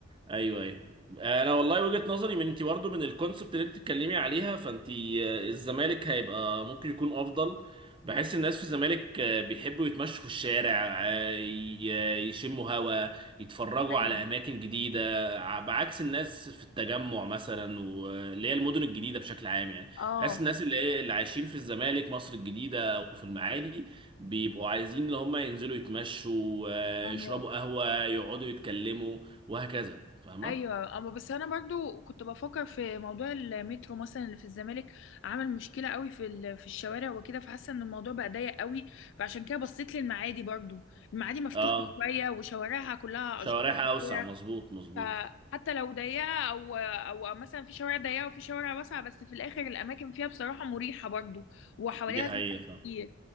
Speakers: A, on the right; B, on the left.
A: ايوه ايوه انا والله وجهة نظري من انت برضه من الكونسبت اللي انت بتتكلمي عليها فانت آه، الزمالك هيبقى ممكن يكون افضل بحس الناس في الزمالك آه، بيحبوا يتمشوا في الشارع آه، ي- يشموا هوا يتفرجوا
B: ايوه
A: على اماكن جديده ع- بعكس الناس في التجمع مثلا واللي هي المدن الجديده بشكل عام يعني
B: اه
A: بحس الناس اللي هي اللي عايشين في الزمالك مصر الجديده او في المعادي بيبقوا عايزين اللي هم ينزلوا يتمشوا آه،
B: فاهمة؟
A: يشربوا قهوه يقعدوا يتكلموا وهكذا فاهمة؟
B: ايوه اما بس انا برضو كنت بفكر في موضوع المترو مثلا اللي في الزمالك عامل مشكله قوي في ال- في الشوارع وكده فحاسه ان الموضوع بقى ضيق قوي فعشان كده بصيت للمعادي برضو المعادي مفتوحه
A: اه
B: شويه وشوارعها كلها
A: شوارعها
B: اشجار وكده،
A: اوسع مظبوط مظبوط
B: فحتى لو ضيقة أو أو مثلا في شوارع ضيقة وفي شوارع واسعة بس في الآخر الأماكن فيها بصراحة مريحة برضو وحواليها
A: دي حقيقة
B: زحمة
A: فاهم
B: كتير